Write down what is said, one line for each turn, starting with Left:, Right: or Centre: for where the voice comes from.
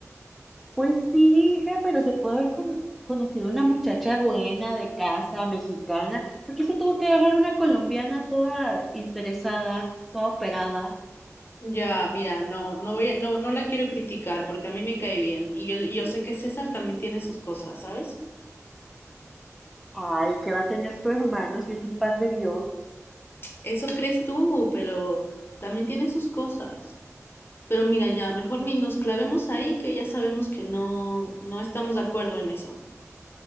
Centre: Pues sí, hija, pero se puede haber con- conocido una muchacha buena de casa, mexicana, porque se tuvo que dejar una colombiana toda interesada, toda operada.
Left: Ya, mira, no, no voy a, no, no la quiero criticar porque a mí me cae bien y yo, y yo sé que César también tiene sus cosas, ¿sabes?
Centre: Ay, ¿qué va a tener tu hermano si es un pan de Dios?
Left: Eso crees tú, pero también tiene sus cosas. Pero mira, ya mejor ni nos clavemos ahí, que ya sabemos que no, no estamos de acuerdo en eso.